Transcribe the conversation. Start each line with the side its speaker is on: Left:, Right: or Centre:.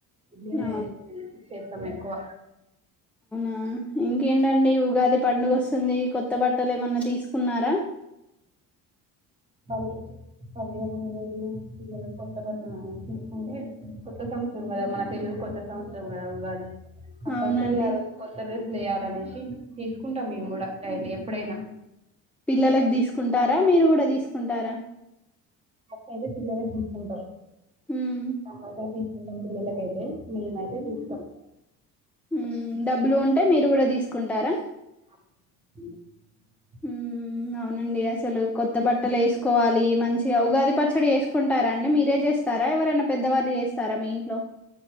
Right: ఇడ్లీ నే
Centre: అవు
Right: చేస్తి చె <inaudible> మ్మెక్కువ
Centre: ఆ ఇంకేంటండి ఉగాది పండుగ వస్తుంది కొత్త బట్టలు ఏమన్నా తీసుకున్నారా
Right: <unintelligible> పని ఎం లేదు పిల్లలకు కొత్త బట్టలు ఆ తీసుకుంటే కొత్త సంవత్సరం కదా మన తెలుగు కొత్త సంవత్సరం కదా ఉగాది కంపల్సరి
Centre: అవునండి
Right: ఆ రోజు కొత్త డ్రెస్సులెయ్యాలి దనేషి తీసుకుంటాం మేము గూడా డైలీ ప్పుడైనా
Centre: పిల్లలక్ దీస్కుంటారా మీరు కూడా దీస్కుంటారా
Right: అటు సైడ్ ఐతే బ్లౌజ్ తీసుకుంటాం
Centre: మ్మ్
Right: కంపల్సరీ తీస్ <unintelligible> పిల్లలకైతే మేమయితే తీసుకోం
Centre: మ్ డబ్బులు ఉంటె మీరు గూడా తీసుకుంటారా
Right: అహ్
Centre: ఉమ్ అవునండి అసలు కొత్త బట్టలేసుకోవాలి మంచిగా ఉగాది పచ్చడి చేసుకుంటారా అండి మీరే చేస్తారా ఎవరైనా పెద్దవాళ్ళు చేస్తారా మీ ఇంట్లో